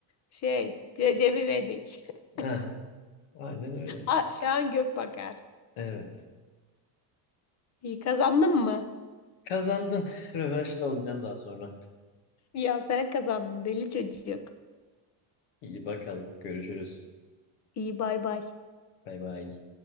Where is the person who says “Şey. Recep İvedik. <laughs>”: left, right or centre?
Left